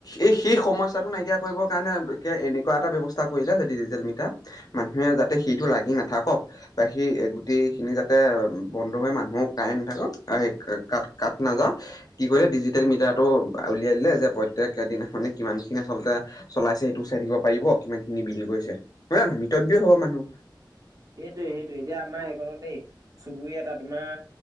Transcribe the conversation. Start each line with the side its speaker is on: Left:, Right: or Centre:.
Left: এই সেই সমস্যা টো নাইকিয়া কৰিবৰ কাৰণে এনেকুৱা এটা ব্যয়ৱস্থা কৰিলে যে ডিজিটেল মিটাৰ। মানুহে যাতে সেইটো লাগি নাথাকক বা সেই গোটেই খিনি যাতে বন্ধ হৈ মানুহো কাই নাথাকক ক - কাট নাযাও। কি কৰিলে ডিজিটেল মিটাৰটো উলিয়াই দিলে যে প্ৰত্যেক দিনাখানে কিমান খিনি আচলতে চলাইছে সেইটোক চাই থাকিব পাৰিব কিমান খিনি বিল গৈছে নহয় - নহয় মিতব্য হব মানুহ।
Right: সেইটো - সেইটোয়ে এতিয়া আমাৰ সখনতেই চুবুৰ এটা তোমাৰ